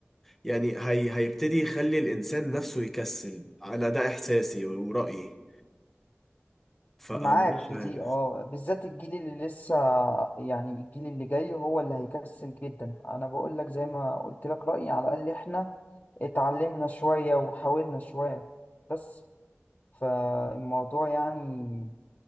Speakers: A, in the centre; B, on the left (about 45°).
A: يعني هي... هيبتدي يخلي الانسان نفسه يكسل انا ده احساسي ورأيي فمش
B: معاك في
A: عارف
B: دي اه بالذات الجيل اللي لسه يعني الجيل اللي جاي هو اللي هيكسل جدا انا بقول لك زي ما قلت لك رأيي على الاقل احنا اتعلمنا شوية وحاولنا شوية بس فالموضوع يعني